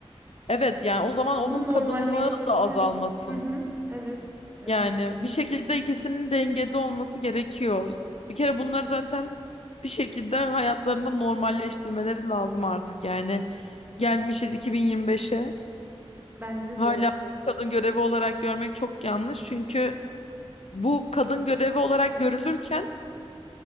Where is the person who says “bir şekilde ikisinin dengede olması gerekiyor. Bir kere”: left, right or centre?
Left